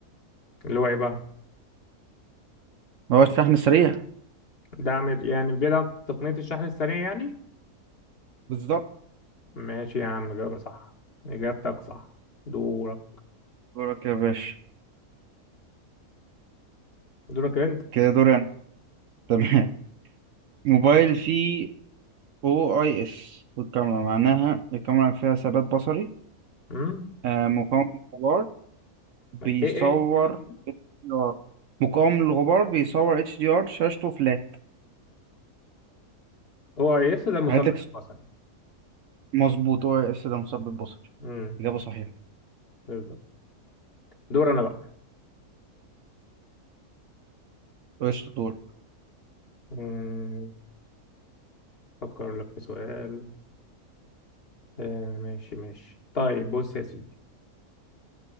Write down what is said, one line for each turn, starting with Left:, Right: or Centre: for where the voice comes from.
Left: اللي هو إيه بقى
Right: هو الشحن السريع
Left: دعم يعني بيدعم تقنية الشحن السريع يعني
Right: بالظبط
Left: ماشي يا عم إجابة صح إجابتك صح دورك
Right: دورك يا باشا
Left: دورك أنت
Right: كده دوري أنا <laughs> تمام موبايل فيه أو أي إس والكاميرا معناها الكاميرا فيها ثبات بصري
Left: أمم
Right: آه مقاوم للغبار بيصور
Left: إيه إيه تاني كده؟
Right: HDR مقاوم للغبار بيصور اتش دي ار شاشته فلات
Left: هو يس ده المثبت
Right: هعيد لك
Left: البصري
Right: مظبوط أو أي إس ده مثبت بصري
Left: أمم
Right: إجابة صحيحة
Left: بالظبط دور أنا بقى
Right: قشطة دور
Left: أمم أفكر لك في سؤال آه ماشي ماشي طيب بص يا سيدي